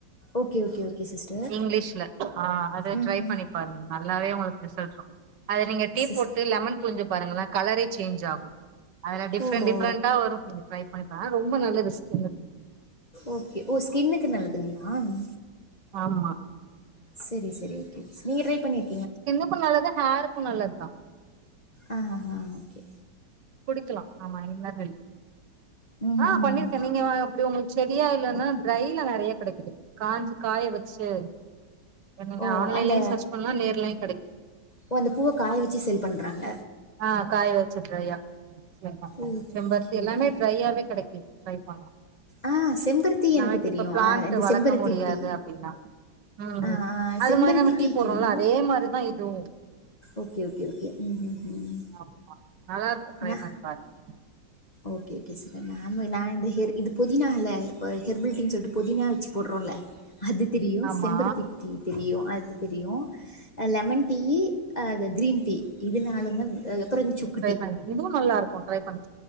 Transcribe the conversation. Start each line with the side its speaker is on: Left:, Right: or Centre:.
Left: ஓகே ஓகே ஓ கே சிஸ்டர்
Right: இங்கிலீஷ்ல ஆ அத
Left: ம்
Right: ட்ரை
Left: ம்
Right: பண்ணி பாருங்க நல்லாவே உங்களுக்கு ரிசல்ட்ரு அது நீங்க டீ
Left: சிஸ்
Right: போட்டு லெமன் புழுஞ்சி பாருங்களா கலரே சேஞ்ச் ஆகும் அதுல டிஃப்ரெண்ட்
Left: ஓஹோ
Right: டிஃப்ரெண்டா வரும் ட்ரை பண்ணிப்பே ரொம்ப நல்லது ஸ்க்கின்னுக்
Left: ஓகே ஓ ஸ்கின்னுக்கு நல்லதுங்ளா ம்
Right: ஆமா
Left: செரி செரி ஓகே <inaudible> நீங்க ட்ரை பண்ணிர்க்
Right: ஸ்கின்னுக்கும் நல்லது ஹேருக்கும் நல்லது தான்
Left: அ அ அ ஒகே
Right: குடிக்கிலா ஆமா <unintelligible>
Left: ம்
Right: ஆ
Left: ம்
Right: பண்ணிருக்கேன்
Left: ம்
Right: நீங்க வ ப்புடி உங்களுக்கு செடியா இல்லன்னா ட்ரைல நறையா கடைக்குது காஞ்சி காய வச்சு அ நீங்க
Left: ஓ
Right: ஆன்லைன்லயும்
Left: அந்த
Right: சர்ச் பண்லா நேர்லாயும் கடைக்
Left: ஓ அந்த பூவ காய வெச்சு சேல் பண்றாங்க
Right: ஆ காய் வச்சு ட்ரைய்யா <unintelligible>
Left: ஓகே
Right: செம்பர்த்தி எல்லாமே
Left: ஓகே
Right: ட்ரையாவே கடைக் கி ட்ரை பண்லா
Left: ஆ செம்பருத்தி
Right: நமக்கு
Left: எனக்கு தெரியு
Right: இப்ப பிளான்ட்டு
Left: அ இந்த
Right: வளக்க
Left: செம்பருத்தி
Right: முடியாது
Left: டீ
Right: அப்டின்னா ம்
Left: ஆ ஆ
Right: அது
Left: செம்பருத்தி
Right: மாரி நம்ம டீ போட்றோல்ல
Left: தெரியு
Right: அதே மாரிதான் இதுவும்
Left: ஓகே ஓகே ஓகே ம் ம் ம்
Right: ஆமா நல்லா இருக்கும் ட்ரை
Left: நா
Right: பண்ணி பாருங்க
Left: ஓகே ஓகே <unintelligible> நான் இந்த ஹெர் இது புதினா இல்ல இப்ப ஹெர்பில் டீன் சொல்ட்டு புதினா வெச்சு போட்றோல்ல அது தெரியும்
Right: ஆமா
Left: செம்பருத்தி டீ தெரியும் அது தெரியும் அ லெமன் டீயி அ க கிரீன் டீ இது நாலந்த ம் அ அப்புறம் சுக்
Right: ட்ரை பண்ணி இதுவும் நல்லா இருக்கும் ட்ரை பண்